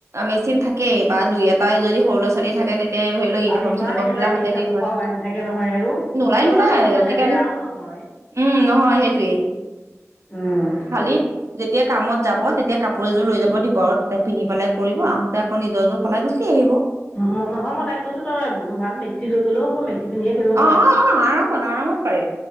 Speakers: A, on the right; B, on the left.
A: মেচিন থাকেই বা দুই এটাই যদি সৰু ল'ৰা-ছোৱালী থাকে তে তেয়া ধৰি লওক, ইউনিফৰ্ম-চিনিফৰ্ম
B: আৰু ইমান একেবাৰে
A: বিলাক
B: হেৰি
A: হাতে
B: কাপোৰ
A: দি ধুয়ে,
B: সোপা ওলাই নাথাকে নহয় আৰু
A: নোলায়,
B: সিহঁতৰ
A: নোলায়
B: কাপোৰ ইমান
A: আজিকালি
B: লেতেৰাও নহয়।
A: উম, নহয় সেইটোৱেই।
B: উম।
A: খালি যেতিয়া কামত যাব, তেতিয়া কাপোৰ এযোৰ লৈ যাব দিব আৰু, তাতে পিন্ধিবলে। কৰিব আহোঁতে, আকৌ নিজৰ যোৰ সলাই গুচি আহিব।
B: ম নহয়, মই তাইক কৈছো তই ভাল মেক্সি লৈ গ'লেও হ'ব মেক্সি পিন্ধিয়ে কৰিব
A: অ অ
B: পাৰ,
A: অ আৰামত আৰামত পাৰে